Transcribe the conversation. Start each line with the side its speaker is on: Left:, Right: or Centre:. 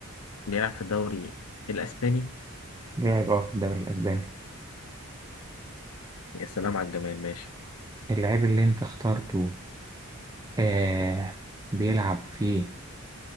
Left: بيلعب في الدوري الإسباني؟
Right: لعب اه في الدوري الاسباني
Left: يا سلام على الجمال ماشي
Right: اللعيب اللي انت اخترته آه بيلعب في